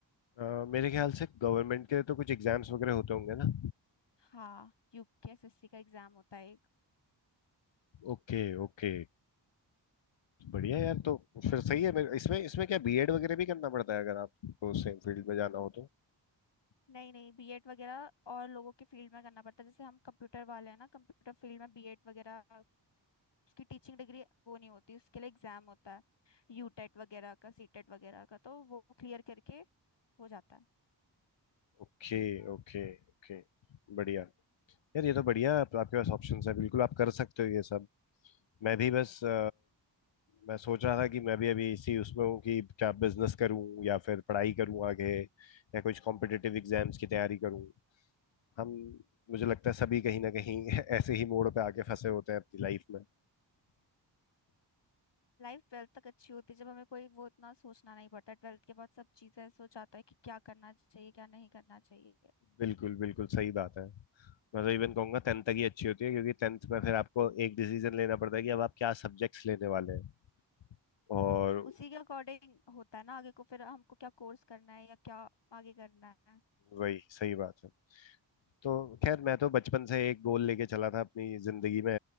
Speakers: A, on the left; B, on the left.
A: अ, मेरे ख्याल से गवर्नमेंट के लिए तो कुछ एग्जाम्स वगैरह होते होंगे ना
B: हाँ यूकेएसएससी का एग्जाम होता है
A: Okay okay बढ़िया यार तो फिर सही है मेरे- इसमें इसमें क्या बीएड वगैरह भी करना पड़ता है अगर आपको सेम फील्ड में जाना हो तो
B: नहीं नहीं बीएड वगैरह और लोगों के फील्ड में करना पड़ता है जैसे हम कंप्यूटर वाले हैं ना कंप्यूटर फील्ड में बीएड वगैरह उसकी टीचिंग डिग्री वो नहीं होती उसके लिए एग्जाम होता है यूटेट वगैरह का सीटेट वगैरह का तो वो क्लियर करके हो जाता है
A: ओके ओके ओके बढ़िया यार ये तो बढ़िया आप- आपके पास ऑप्शंस है बिल्कुल आप कर सकते हो ये सब मैं भी बस अ, मैं सोच रहा था कि मैं भी अभी इसी उसमें हूँ कि क्या बिजनेस करूँ या फिर पढ़ाई करूँ आगे या कुछ कॉम्पिटिटिव एग्जाम्स की तैयारी करूँ हम मुझे लगता है सभी कहीं ना कहीं <laughs> ऐसे ही मोड़ पे आके फंसे होते हैं अपनी लाइफ में
B: लाइफ ट्वेल्थ तक अच्छी होती है जब हमें कोई वो इतना सोचना नहीं पड़ता ट्वेल्थ के बाद सब चीजें सोच आता है कि क्या करना चाहिए क्या नहीं करना चाहिए
A: बिल्कुल बिल्कुल सही बात है मैं तो इवन कहूंगा टेंथ तक ही अच्छी होती है क्योंकि टेंथ में फिर आपको एक डिसीजन लेना पड़ता है कि अब आप क्या सब्जेक्ट्स लेने वाले हैं और
B: उसी के अकॉर्डिंग होता है ना आगे को फिर हमको क्या कोर्स करना है या क्या आगे करना है
A: वही सही बात है तो खैर मैं तो बचपन से एक गोल लेके चला था अपनी जिंदगी में